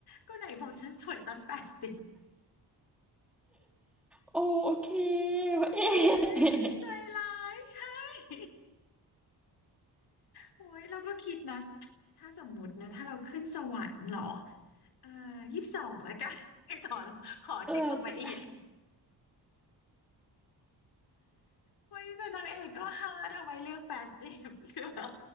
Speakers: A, on the left; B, in the centre.
A: ก็ไหนบอกฉันสวยตอนแปดสิบ
B: โอโอเคพระเอก
A: โอ้ยใจร้ายใช่โอ้ยเราก็คิดนะถ้าสมมุตินะถ้าเราขึ้นสวรรค์เหรอเอ่อยี่สิบสองแล้วกัน <laughs> ขอขอเด็กลงไปอีก
B: เออใช่
A: เฮ้ยแต่นางเอกก็ฮาทำไมเลือกแปดสิบ <laughs> คือแบบ